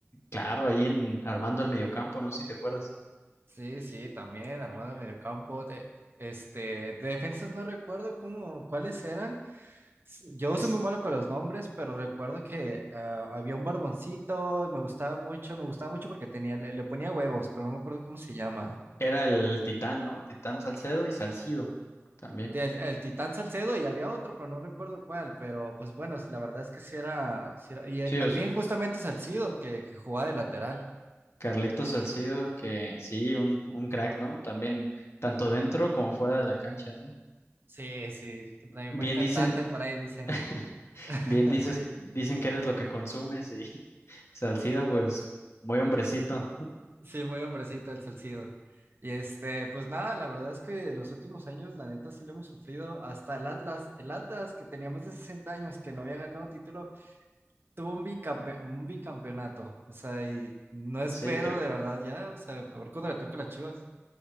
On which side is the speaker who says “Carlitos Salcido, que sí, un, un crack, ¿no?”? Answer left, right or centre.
Left